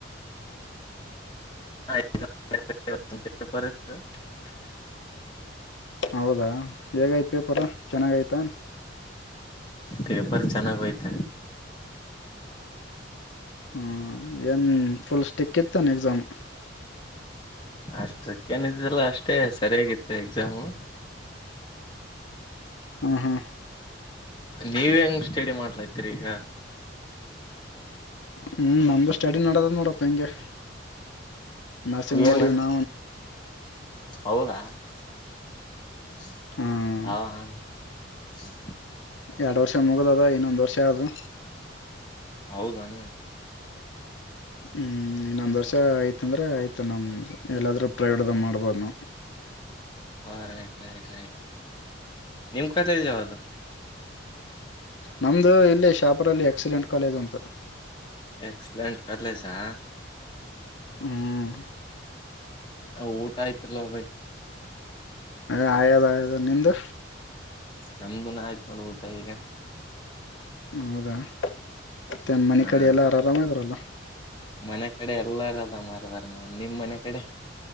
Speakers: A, on the left (about 25°); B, on the left (about 70°).
A: ಹಪ
B: ಹೌದಾ ಹೇಗಾಯ್ತು ಪೇಪರ ಚೆನ್ನಾಗಾಯಯ್ತಾ
A: ತ ಎಪಾರ ಚಾನಾಗಿ ಯತ
B: ಹ್ಮ ಏನ್ ಫುಲ್ ಸ್ಟಿಕ್ ಇತ್ತನ್ ಎಕ್ಸಾಮ್
A: ಅಷ್ಟಕ್ಕನಿದ್ದಲ್ಲ ಅಷ್ಟೇ ಸರಿಯಾಗಿತ್ತು ಎಕ್ಸಾಮು
B: ಹಾಂ ಹಾಂ
A: ನೀವ ಹೆಂಗ ಸ್ಟಡಿ ಮಾಡ್ಲಾತಿೀರಿ ಈಗ
B: ಹ್ಮ್ ನಮ್ದು ಸ್ಟಡಿ ನಡದದ್ ನೋಡಪ್ಪ ಹಿಂಗೆ ನರಸಿಂಗ ಮಾಡಾರಿಣ
A: ಏನು ಹೌದಾ ಹ
B: ಹಾಂ
A: ಹ
B: ಎರಡು ವರ್ಷ ಮುಗುದ್ ಅದ ಇನ್ನೊಂದು ವರ್ಷ ಅದು
A: ಹೌದಾನ
B: ಹ್ಮ್ ಇನ್ನೊಂದ್ ವರ್ಷ ಆಯತಂದ್ರೆ ಆಯ್ತ ನಮ ಎಲ್ಲಾದ್ರೂ ಪ್ರವೇಡ್್ದ ಮಾಡ್ಬೋದು ನವು
A: ಹಾ ರೈಟ್ ರೈಟ್ ರೈಟ್ ನಿಮ್ ಕತೆ ಇದಾವದು
B: ನಂದು ಇಲ್ಲಿ ಶಾಪುರಲ್ಲಿ ಎಕ್ಸಿಲೆಂಟ್ ಕಾಲೇಜ್ ಅಂತು
A: ಎಕ್ಸಲೆಂಟ್ ಕಲಜ ಹಾ
B: ಹ್ಮ್
A: ಹ ಊಟ ಆಯ್ತಿಲ್ ಭಯ
B: ಹಾ ಆಯೋದ ಆಯದ ನಿಂದು
A: ನಮ್ದುನ ಆಯ್ತ್ು ನೋಡ್ಬಊಟ ಈಗ
B: ಹೌದಾ ಮ ತನ್ನ ಮನೆ
A: ಹಾ
B: ಕಡೆ ಎಲ್ಲ ಆರರಾಮ್ರಲ್ಲ
A: ಮನೆ ಕಡೆ ಎಲ್ಲಾರಲ್ಲ ಮಾರದಾರ ನಾ ನಿಮ್ ಮನೆ ಕಡೆ